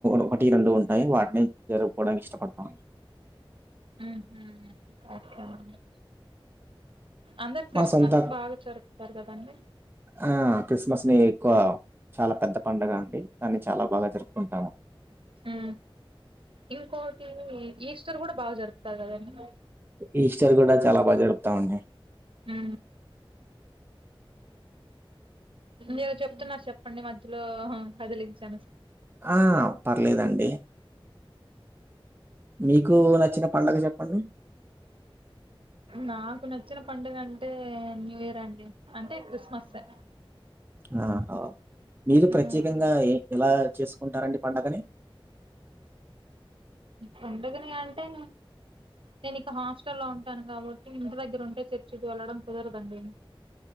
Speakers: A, on the right; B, on the right.
A: ఒకటి రెండు ఉంటాయి వాటిని జరుపుకోవడానికి ఇష్టపడతామం
B: ఉహు ఒకే అండి అందరు క్రిస్మస్
A: మా సొంత
B: బాగా జరుపుతారు కదండి
A: ఆ క్రిస్మస్ ని ఎక్కువ చాలా పెద్ద పండుగ అండి దాన్ని చాలా బాగా జరుపుకుంటాము
B: హ ఇంకోటి ఈస్టర్ కూడా బాగా జరుపుతారు కదండి
A: ఈస్టర్ కూడా చాలా బాగా జరుపుతామండి
B: అ మీరు చెప్తున్నారు చెప్పండి మధ్యలో కదిలించాను
A: ఆ పర్లేదండి. మీకు నచ్చిన పండగ చెప్పండి
B: నాకు నచ్చిన పండుగ అంటే న్యూ ఇయర్ అండి అంటే క్రిస్మసే
A: ఆ మీరు ప్రత్యేకంగా
B: మ్మ్
A: ఎలా చేసుకుంటారండి పడుగని
B: పండగని అంటే నేను ఇక హాస్టల్ లో ఉంటాను కాబట్టి ఇంటి దగ్గర ఉంటే చర్చకి వెళ్లడం కుదరదండి